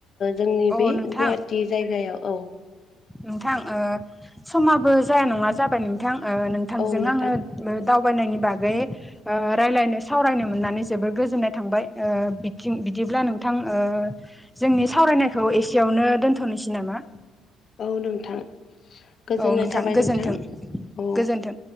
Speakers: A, on the left (about 45°); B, in the centre.
A: जोंनि
B: औ
A: बे
B: नोंथां
A: गुवाटि जायगायाव औ
B: नोंथां समाबो जाया नङा जाबाय नोंथां नोंथांजों
A: औ नोंथां
B: आङो दावबायनायनि बागै रायज्लायनो सावरायनो मोननानै जोबोर गोजोननाय थांबाय बिथिं बिदिब्ला नोंथां जोंनि सावरायनायखौ एसेयावनो दोनथ'नोसै नामा
A: औ नोंथां गोजोननाय
B: औ
A: थाबाय
B: गोजोन्थों
A: नोंथां औ
B: गोजोन्थों